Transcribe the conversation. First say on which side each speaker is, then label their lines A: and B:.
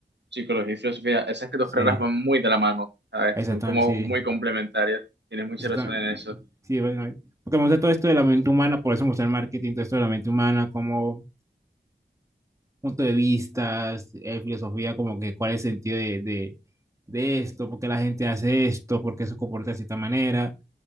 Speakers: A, on the right; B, on the right.
A: psicología y filosofía. Esas que dos
B: Sí,
A: carreras van muy de la mano, ¿sabes?
B: exactamente,
A: Son como
B: sí.
A: muy complementarias. Tienes mucha
B: Exactamente.
A: razón en eso.
B: Sí, básicamente. Porque me gusta todo esto de la mente humana, por eso me gusta el marketing, todo esto de la mente humana, como punto de vistas, eh, filosofía, como que cuál es el sentido de, de, de esto, por qué la gente hace esto, por qué se comporta de cierta manera,